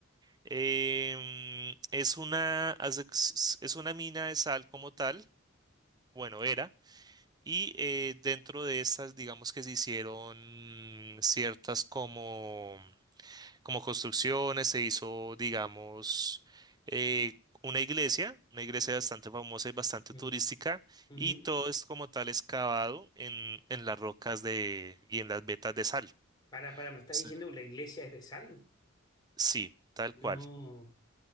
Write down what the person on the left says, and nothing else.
Mm,
ujú.
Para, para, ¿me estás
diciendo que la iglesia es de sal?
No,